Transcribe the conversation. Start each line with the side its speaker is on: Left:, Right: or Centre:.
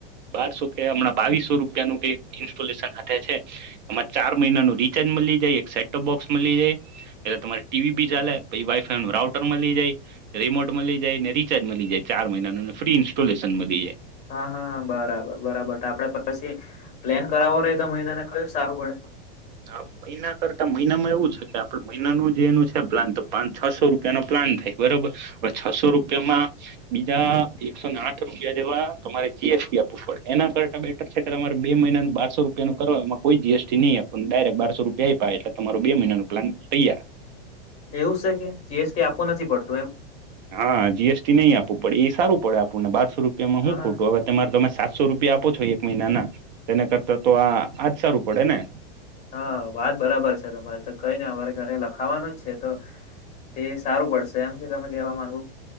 Right: બારસો કે હમણાં બાવીસો રૂપ રૂપિયા ન ક ઇન્સ્ટોલેશન હાથે છે. ચાર મહિના ન રીચાર્જ મળી જાય એક સેટ ટોપ બોક્સ મળી જાય, એટલે તમારી ટીવી બી ચાલે પછી વાઈફાઈ નું રાઉટર મળી જાય, રિમોટ મળી જાય ને રિચાર્જ મળી જાય ચાર મહિનાનુંને ફ્રી ઇન્સ્ટોલેશન મળી જાય.
Left: હા હા બરાબર બરાબર તો આપડે પછી. પ્લેન કરાવો રતા મહિનાને કયું સારું પડે?
Right: હ મહિના કરતા મહિનામાં એવું છે. આપે મહિનાનું જેનું છે પ્લાન તો પાં છસો રૂપિયા ન પ્લાન થાય બરોબર, હવે છસો રૂપિયામાં બીજા એકસો ને આઠ રૂપિયા જેવા તમારે જી એસ ટી આપવું પડે, એના કરતા બેટર છે કે તમારે બે મહિનાનું બારસો રૂપિયા નું કરો એમાં કોઈ જીએસટી નહીં આપ પણ ડાયરેક્ટ બારસો રૂપિયા આવીપાય એટલે તમારું બે મહિના ન પ્લાન તૈયાર.
Left: એવું છે કે જી એસ ટી આપવો નથી પડતો.
Right: હા જી એસ ટી નહી આપવું પડે એ સારું પડે આપણને બારસો રૂપિયામાં હું
Left: હા
Right: ખોટું
Left: હા
Right: હવે તમારે તમે સાતસો રૂપિયા આપો છો એક મહિનાના, તેના કરતા તો આ આજ સારું પડે ને.
Left: હા વાત બરાબર છે તમારે તો કઈ નઈ અમારે ઘરે લખાવાનું છે તો તે સારું પડશે એમ કે તમે કેવા માંગો